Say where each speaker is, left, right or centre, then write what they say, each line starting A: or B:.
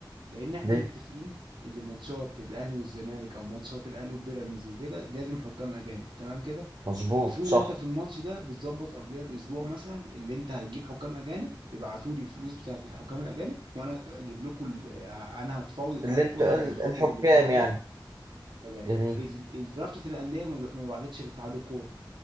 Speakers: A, on the right; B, on the right.
A: لان احنا
B: ليه
A: متفقين اللي ماتشات الاهلي والزمالك او ماتشات الاهلي وبيراميدز وكده لازم حكام اجانب تمام كده
B: مظبوط
A: المفروض
B: صح
A: انت في الماتش ده بتظبط قبلها باسبوع مثلا اللي انت هتجيب حكام اجانب ابعتوا لي الفلوس بتاعت الحكام الاجانب وانا اجيب لكم ال- انا هتفاوض اتحاد
B: اللي انت
A: الكوره
B: ال-
A: هيخاطب
B: الحكام
A: الاتحادات
B: يعني
A: تمام
B: جميل
A: ال- ال- رابطه الانديه ما ما بعتتش لاتحاد الكوره